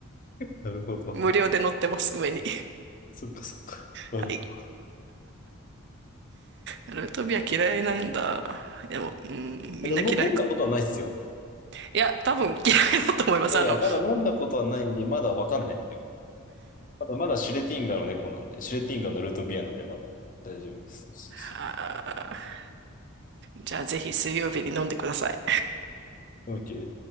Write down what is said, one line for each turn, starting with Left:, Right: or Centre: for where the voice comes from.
Left: なるほど。
Right: 無料で乗ってます、上に。
Left: そっかそっか。なるほど。
Right: <laughs> はい。ルートビア嫌いなんだ。でも、うん、みんな嫌い
Left: えでも、の飲んだことはないっすよ。
Right: いや、多分嫌いだと思います。
Left: いやいや、
Right: あの、
Left: まだ飲んだことはないんで、まだわかんないですよまだまだシュレティンガーの猫なんで、シュレティンガーのルートビアなんでまだ大丈夫です。そうそうそ
Right: あーじゃあぜひ水曜日に飲んでください。
Left: う OK